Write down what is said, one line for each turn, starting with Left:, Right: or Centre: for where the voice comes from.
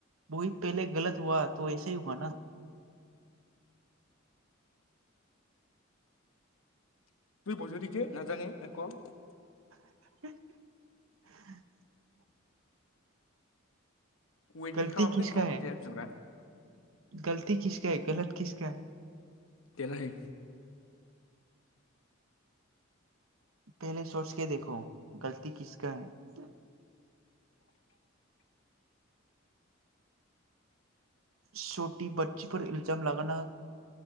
Right: वही पेहेले गलत हुआ तो ऐसा हि होगा ना
Left: <unintelligible>
Right: <unintelligible>
Left: वेटगि
Right: गलति
Left: खालामनो
Right: किसका
Left: ओंखाम खनजाया
Right: है
Left: बिग्रा
Right: गलति किस <unintelligible> गलत किसका
Left: तेरा है
Right: पेहेले चसके देख गलती किसका है छटि बच्छी पर इलजाम लगाना